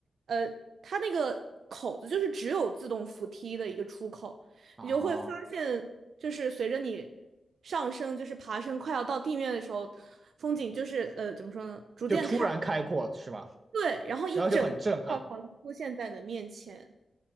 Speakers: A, on the right; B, on the right.
A: 呃，它那个口子就是只有自动扶梯的一个出口，
B: 哦，
A: 你就会发现，就是随着你上升，就是爬升快要到地面的时候，风景就是呃怎么说呢，逐渐开，
B: 就突然开阔是吧？
A: 对，然后一整个教堂出现在你的面前，
B: 然后就很震撼。